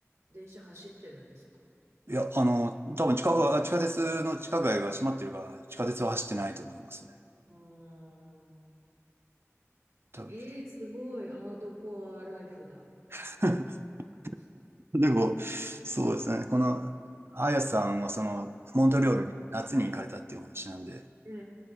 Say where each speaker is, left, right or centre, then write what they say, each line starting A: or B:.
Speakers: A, on the right; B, on the right.
A: 電車走ってるんですか
B: いや、あの、多分近く、が地下鉄の地下街が閉まってるから、地下鉄は走ってないと思いますね。
A: ああ
B: 多分。
A: ー。えー、すごい、ハードコアライフだ。
B: <laughs>
A: <laughs>
B: でも、そうですね。この、あやさんはその、モントリオールに夏に行かれたっていうお話なんで、
A: はい。えええ